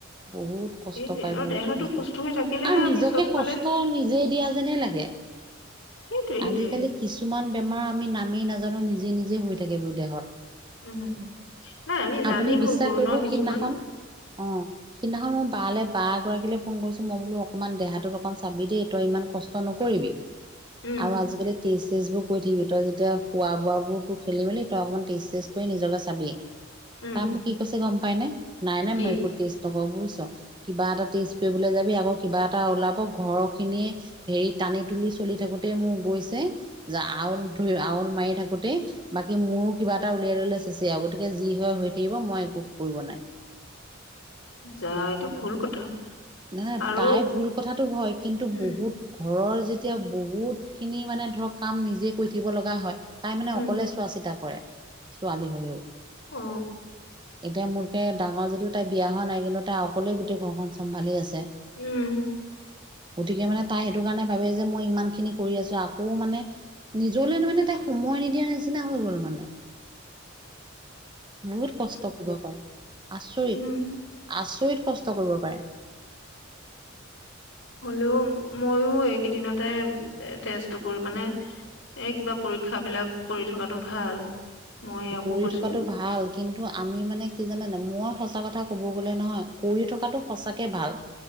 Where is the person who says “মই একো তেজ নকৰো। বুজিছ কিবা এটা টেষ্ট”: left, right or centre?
Right